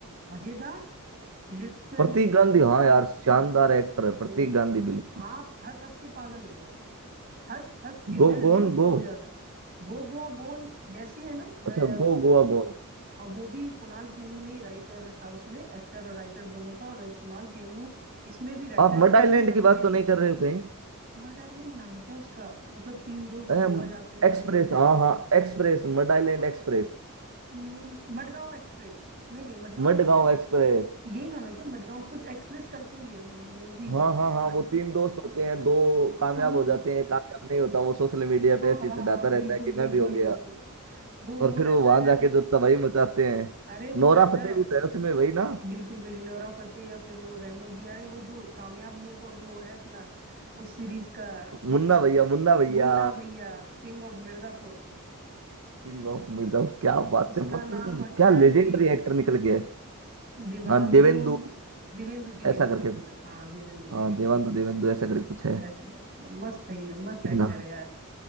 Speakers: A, on the right; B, on the right.
A: मजेदार लिटरली
B: प्रतीक गांधी
A: मजेदार
B: हाँ यार शानदार एक्टर है प्रतीक
A: ओह
B: गांधी बिल्कुल
A: आप हंस हंस के पागल हो जाओगे हंस हंस के
B: गो
A: मैं लोटपोट
B: गोन गो
A: हो जाता गो गोवा गॉन जैसी है ना वह
B: अच्छा गो गोवा गो
A: अब वो भी कुणाल खेमू नहीं राइटर था उसमें एक्टर और राइटर दोनों था और कुणाल खेमू इसमें भी राइटर
B: आप
A: इसमें
B: मड आइलैंड
A: छोटा
B: की
A: सा
B: बात
A: कैमियो
B: तो नहीं कर रहे हो कहीं
A: मड आइलैंड नाम है क्या उसका मतलब तीन दोस्त
B: अम,
A: गोवा जाते हैं उस
B: एक्सप्रेस
A: मूवी में
B: हाँ हाँ Express Madh Island
A: आ,
B: express
A: नहीं नहीं मडगांव एक्सप्रेस नहीं नहीं मडगांव
B: Madgaon
A: एक्सप्रेस
B: express
A: यही नाम है क्या मडगांव कुछ एक्सप्रेस करके ही है मूवी
B: हाँ
A: है
B: हाँ हाँ
A: बात
B: वो तीन दोस्त होते हैं दो
A: हाँ
B: कामयाब
A: हाँ
B: हो जाते हैं एक कामयाब नहीं होता वो सोशल मीडिया
A: हाँ
B: पे ऐसे
A: हाँ
B: ही चढ़ाता
A: हाँ,
B: रहता
A: बिल्कुल
B: है कि
A: बिल्कुल
B: मैं भी हो गया
A: बिल्कुल वो
B: और
A: वो
B: फिर
A: रहता
B: वो वहां
A: है यार
B: जाके जो तबाही मचाते हैं
A: अरे वो
B: नोरा
A: रहता
B: फतेही
A: है
B: भी तो है उसमें वही ना
A: बिल्कुल बिल्कुल नोरा फतेही या फिर वो रेमो भी यार है, वो जो कामयाब नहीं होता वो है अपना उस सीरीज का
B: मुन्ना भैया
A: क्या
B: मुन्ना भैया
A: मुन्ना भैया किंग ऑफ मिर्जापुर
B: किंग ऑफ मिर्जापुर क्या बात
A: उसका
B: है मतलब
A: नाम अच्छा
B: क्या लेजेंडरी
A: है दि,
B: एक्टर निकल गए
A: दिवांदु
B: हाँ देवेंदु
A: दिवेंदु दिवेंदु
B: ऐसा करके
A: दिवेंदु
B: कुछ
A: हाँ दिवेंदु
B: हाँ
A: दिवेंदु
B: देवांदु देवेंदु ऐसा करके कुछ है
A: ऐसे करके मस्त हीरो मस्त
B: ठीक
A: एक्टर
B: ना
A: है यार